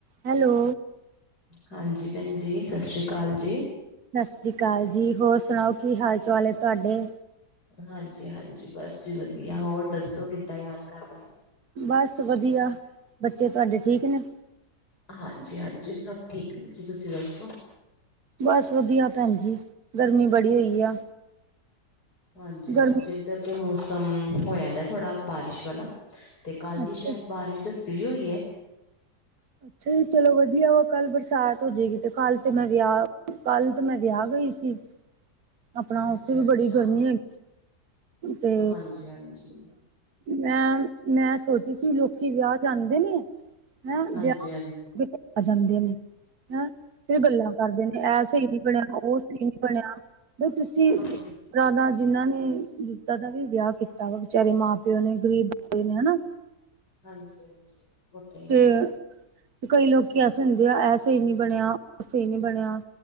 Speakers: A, on the right; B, on the left.
A: Hello
B: ਹਾਂਜੀ ਭੈਣ ਜੀ, ਸਤਿ ਸ੍ਰੀ ਅਕਾਲ ਜੀ!
A: ਸਤਿ ਸ਼੍ਰੀ ਅਕਾਲ ਜੀ! ਹੋਰ ਸੁਣਾਓ ਕੀ ਹਾਲ ਚਾਲ ਹੈ ਤੁਹਾਡੇ?
B: ਹਾਂਜੀ, ਹਾਂਜੀ, ਬਸ ਜੀ ਵਧੀਆ, ਹੋਰ ਦੱਸੋ ਕਿੱਦਾਂ ਯਾਦ ਕਰ ਲਿਆ?
A: ਬਸ ਵਧੀਆ, ਬੱਚੇ ਤੁਹਾਡੇ ਠੀਕ ਨੇ?
B: ਹਾਂਜੀ, ਹਾਂਜੀ, ਸਭ ਠੀਕ ਨੇ ਜੀ, ਤੁਸੀਂ ਦੱਸੋ?
A: ਬਸ ਵਧੀਆ ਭੈਣ ਜੀ, ਗਰਮੀ ਬੜੀ ਹੋਈ ਆ।
B: ਹਾਂਜੀ, ਹਾਂਜੀ,
A: ਗਰਮੀ
B: ਇੱਧਰ ਤੇ ਮੌਸਮ ਹੋਇਆਦਾ ਥੋੜ੍ਹਾ ਬਾਰਿਸ਼ ਵਾਲਾ। ਤੇ ਕੱਲ ਦੀ
A: ਅੱਛਾ
B: ਸ਼ਾਇਦ ਬਾਰਿਸ਼ ਦੱਸੀ ਵੀ ਹੋਈ ਹੈ।
A: ਅੱਛਾ ਜੀ, ਚਲੋ ਵਧੀਆ ਵਾ, ਕੱਲ ਬਰਸਾਤ ਹੋ ਜਾਏਗੀ। ਤੇ ਕੱਲ ਤੇ ਮੈਂ ਵਿਆਹ ਕੱਲ ਤੇ ਮੈਂ ਵਿਆਹ ਗਈ ਸੀ। ਆਪਣਾ
B: ਅੱਛਾ
A: ਉੱਥੇ ਵੀ
B: ਅੱਛਾ
A: ਬੜੀ ਗਰਮੀ ਹੈ ਤੇ
B: ਹਾਂਜੀ ਹਾਂਜੀ
A: ਮੈਂ, ਮੈਂ ਸੋਚਦੀ ਸੀ, ਲੋਕੀ ਵਿਆਹ ਜਾਂਦੇ ਨੇ ਹਾ
B: ਹਾਂਜੀ
A: ਵਿਆਹ ਕਿਤੇ ਆ ਜਾਂਦੇ ਨੇ ਹੈਂ ਫੇਰ ਗੱਲਾਂ ਕਰਦੇ ਨੇ ਇਹ ਸਹੀ ਨੀ ਬਣਿਆ ਉਹ ਸਹੀ ਨੀ ਬਣਿਆ ਵੀ ਤੁਸੀਂ
B: ਹਾਂਜੀ
A: ਪੁਰਾਣਾ ਜਿੰਨਾਂ ਨੇ ਜਿੱਦਾਂ ਦਾ ਵੀ ਵਿਆਹ ਕੀਤਾ ਵਾ ਵਿਚਾਰੇ ਮਾਂ ਪਿਓ ਨੇ ਗ਼ਰੀਬ ਬੰਦੇ ਨੇ ਹਨਾ।
B: ਹਾਂਜੀ- ਹਾਂਜੀ। ਉਹ ਤਾਂ ਹੀ
A: ਤੇ
B: ਹੈ
A: ਕਈ ਲੋਕੀ ਐਸੇ ਹੁੰਦੇ ਆ ਇਹ ਸਹੀ ਨੀ ਬਣਿਆ ਉਹ ਸਹੀ ਨੀ ਬਣਿਆ